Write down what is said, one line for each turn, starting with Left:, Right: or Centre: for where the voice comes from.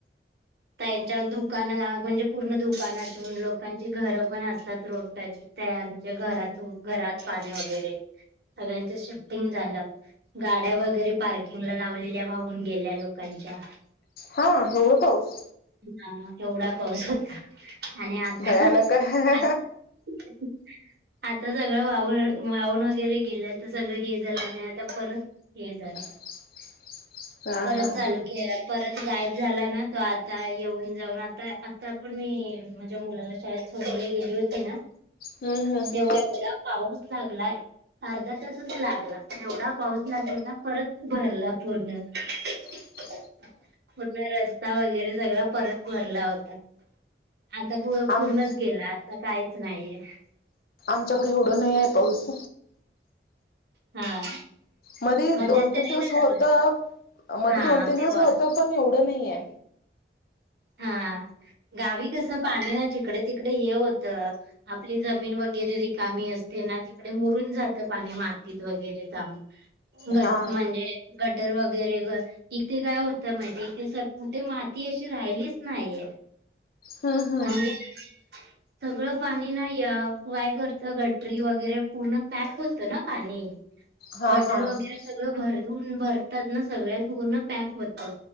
Right: त्यांच्या दुकान म्हणजे पूर्ण दुकानातून लोकांची घरं पण असतात रोड त्याची. च्या घरात घरात पाणी वगैरे सगळ्यांच शिफ्टिंग झालं. गाड्या वगैरे पार्किंगला लावलेल्या वाहून गेल्या लोकांच्या.
Left: हा एवढा पाऊस.
Right: हा एवढा पाऊस होता आणि आता.
Left: भयानक. हा
Right: <unintelligible> आता सगळं वाव वाहून वगैरे गेलं तर सगळं हे झालं आणि आता परत. हे झालं.
Left: <unintelligible> हा.
Right: परत चालू परत गायब झाला ना तो आ. आता येऊन जाऊन आता आता पण मी माझ्या मुलाला शाळेत सोडली गेली होती ना.
Left: हम्म हम्म.
Right: तेव्हा बरा पाऊस लागलाय. अर्धा तासच लागला एवढा पाऊस लागला ना परत भरला पूर्ण.
Left: <unintelligible>
Right: <inaudible> कुठला रस्ता वगैरे. सगळ परत भरला होता आता
Left: आम
Right: पूर्णच गेला. आता काहीच नाहीये.
Left: आमच्याकडे एवढं नाही आहे पाऊस.
Right: हा.
Left: मध्ये
Right: मध्यंतरी
Left: दोन-तीन दिवस
Right: नाही
Left: होत,
Right: लागला.
Left: मध्ये
Right: हा
Left: दोन-तीन दिवस
Right: तेव्हा
Left: होत पण एवढं नाहीये.
Right: हा गावी कसं पाणी ना चिकडे तिकडे हे होतं. आपली जमीन वगैरे रिकामी असते ना तिकडे मुरून जातं पाणी मातीत वगैरे जा. घट
Left: हा
Right: म्हणजे. गटर वगैरे इथे काय होत माहितीे इथे स कुठे माती अशी राहिली. नाही
Left: हम्म हम्म
Right: <unintelligible> सगळं पाणी नाही या काय करत गटरी वगैरे पूर्ण पॅक होतं ना पाणी.
Left: हा
Right: गटर
Left: हा
Right: वगैरे
Left: म्हणजे
Right: सगळं भरून भरतात ना सगळ्या पूर्ण पॅक होतात.